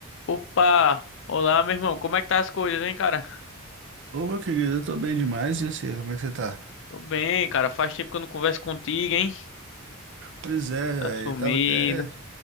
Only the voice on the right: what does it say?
Ô, meu querido, eu tô bem demais, e assim, como é que você tá?
Pois é,
velho,
eu tava até,